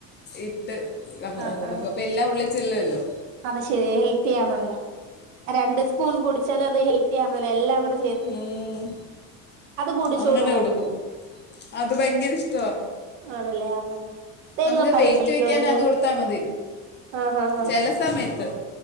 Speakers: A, on the left; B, on the right.
A: ഇട്ട് അങ്
B: ആഹ്
A: കൊടുക്കും
B: ആഹ്
A: അപ്പൊ എല്ലാം ഉള്ളിച്ചെല്ലുവല്ലോ.
B: അത് ശെരി ഹെൽത്തിയാണല്ല. രണ്ട് സ്പൂൺ കുടിച്ചാലും അത് ഹെൽത്തിയാണല്ല എല്ലാം കുടെ.
A: ഉം
B: കുടിച്ചോളുവോ
A: അങ്ങനെ കൊടുക്കും അത് ഭയങ്കര ഇഷ്ടവാ.
B: ആണല്ലേ ആഹ് തേങ്ങാപ്പാൽ
A: നമുക്ക് വെയിറ്റ്
B: ഒഴിക്കോ
A: വെക്കാനത്
B: അതില്
A: കൊടുത്താ മതി.
B: ആഹ് ആഹ്
A: ചെല സമേത്ത്.